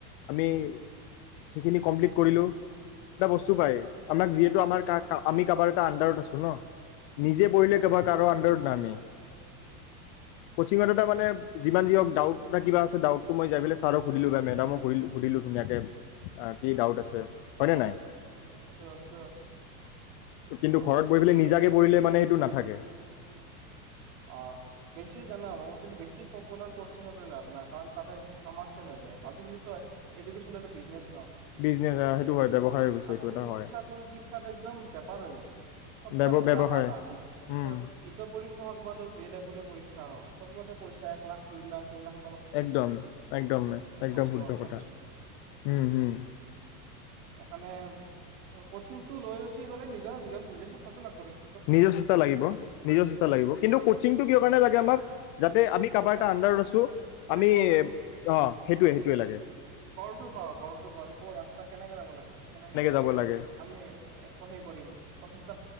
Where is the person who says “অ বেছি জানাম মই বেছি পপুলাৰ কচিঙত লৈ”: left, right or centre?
Right